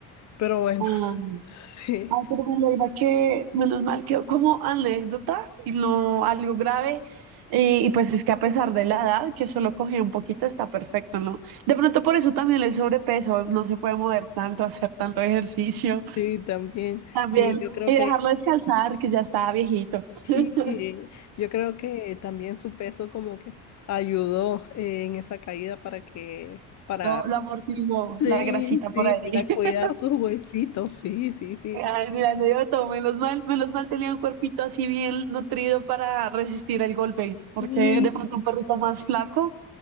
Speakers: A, on the left; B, on the right.
A: Pero bueno,
B: <laughs>
A: Sí,
B: Ay, pero me alegra que menos mal quedó como anécdota y no algo grave. Y, y pues es que a pesar de la edad, que solo cogió un poquito, está perfecto, ¿no? De pronto por eso también el sobrepeso, no se puede mover tanto, hacer tanto ejercicio
A: sí, también.
B: también.
A: Y yo creo
B: Y
A: que
B: dejarlo descansar, que ya está viejito.
A: sí,
B: <laughs>
A: yo creo que también su peso como que ayudó eh, en esa caída para que, para,
B: Lo, lo amortiguó
A: sí,
B: la grasita
A: sí,
B: por ahí.
A: para cuidar
B: <laughs>
A: sus huesitos, sí, sí, sí.
B: Ay, mira, me dio todo. Menos mal, menos mal tenía un cuerpito así bien nutrido para resistir el golpe, porque
A: Sí.
B: de pronto un perrito más flaco.